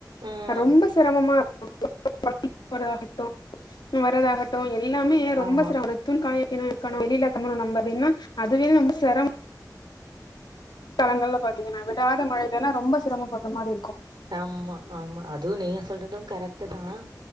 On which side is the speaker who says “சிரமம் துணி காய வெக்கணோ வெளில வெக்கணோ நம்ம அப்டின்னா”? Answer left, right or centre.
Left